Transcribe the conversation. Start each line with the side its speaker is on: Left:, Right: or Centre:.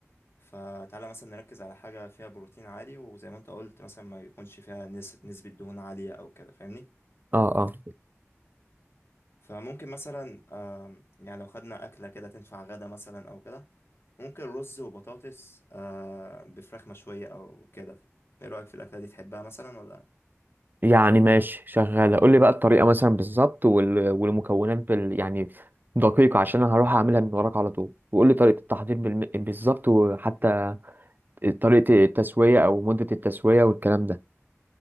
Left: فتعالى مثلا نركز على حاجة فيها بروتين عالي وزي ما انت قلت مثلا ما يكونش فيها نس... نسبة دهون عالية او كده فاهمني
Right: اه اه
Left: فممكن مثلا آم، يعني لو خدنا أكلة كده تنفع غدا مثلا او كده ممكن رز وبطاطس آه، بفراخ مشوية او كده ايه رأيك في الأكلة دي تحبها مثلا ولا
Right: يعني ماشي شغالة قول لي بقى الطريقة مثلا بالظبط وال- والمكونات بال يعني دقيقة عشان انا هروح اعملها من وراك على طول وقول لي طريقة التحضير بالم... بالظبط وحتى طريقة التسوية او مدة التسوية والكلام ده